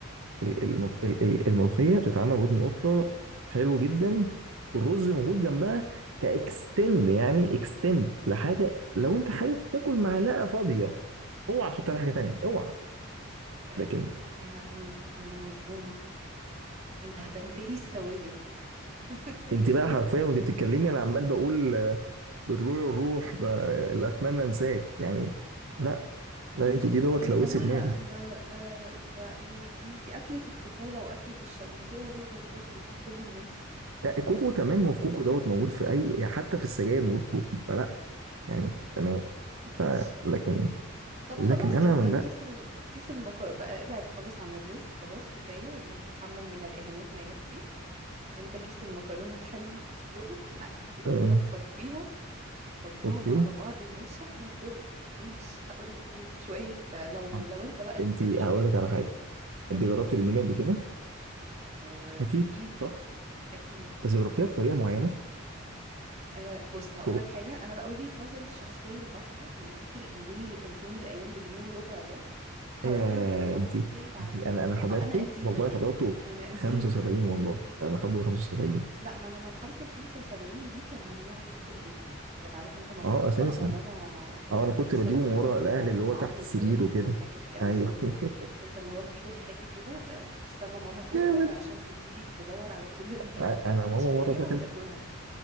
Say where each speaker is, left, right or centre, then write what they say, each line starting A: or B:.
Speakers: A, on the right (about 70°); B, on the right (about 30°).
A: ال- الم- ال- ال- الملوخيه بتتعمل ودن قطه حلو جدا والرز موجود جنبها كاكستند يعني اكستند لحاجه لو انت حابب تاكل معلقه فاضيه اوعى تحط عليها حاجه تانيه اوعى
B: آه
A: لكن
B: أنا أنا أنا مصدومة أنت هدمت لي الثوابت <laughs>
A: انت بقى حرفيا وانت بتتكلمي انا عمال بقول آه، بطلوع الروح ب- لا اتمنى انساك يعني لا لا
B: مش...
A: انتوا دي دوت
B: يا
A: لوثت
B: جماعة
A: دماغي
B: ده ده ده يعني دي دي أكلة الطفولة وأكلة الش- الملوخية ورز وكوكو دي كل الناس
A: لا كوكو تمام ما هو في كوكو دوت موجود في اي يعني حتى في السجاير موجود كوكو فلا يعني تمام
B: <laughs>
A: ف
B: ماشي
A: لكن
B: طب
A: لكن
B: خلاص
A: انا
B: انت كيس
A: لا
B: ال... كيس المكر بقى ابعد خالص عن الرز خلاص كفاية الرز اتحمل من الإهانات ما يكفي انت كيس المكرونة <laughs> الحلوة هتسلقه علبة التونة
A: آه،
B: تصفيها حطهم
A: اوكي
B: على بعض يا باشا وكل عيش هقول لك ايه شوية لو
A: طب
B: لو انت بقى ليك
A: انت
B: فيه
A: هقول
B: يعني
A: لك على حاجه انت
B: قول
A: جربت الاندومي قبل كده
B: آه
A: اكيد
B: اكيد
A: صح
B: اكيد
A: بس جربتيها بطريقه معينه
B: أه بص هقول
A: طرق
B: لك حاجة أنا بقى وجهة نظري الشخصية البحتة إن كيس الأندومي اللي كان في يوم من الأيام بجنيه وربع ده حرام
A: يا
B: إنه يقف
A: انت
B: يتعب عليه
A: انت انا انا حضرته
B: أه أنا قديمة
A: والله
B: جدا
A: حضرته
B: أنا قديمة
A: 75
B: <laughs>
A: والله انا حضرته 75
B: لا ما أنا مرحلة ال 75 دي كان ممنوع يدخل بيتنا كانت عارف أنت مرحلة
A: اه
B: بقى
A: اساسا
B: ما ماما
A: اه
B: ده
A: انا
B: بيجيب
A: كنت
B: سرطان
A: بجيبه من ورا
B: وبيتعمل
A: الاهل اللي هو
B: من
A: تحت
B: عظم
A: السرير
B: الفراخ
A: وكده
B: وحاجات كده بالظبط
A: ايوه <laughs>
B: عارف أنت اللي هو تجيب الحاجة كده أه تستنى ماما تخرج
A: جامد
B: عشان تبتدي تدور على كل <laughs> الممنوعات
A: آه، انا ماما
B: تشتريها
A: مره دخلت
B: وتاكلها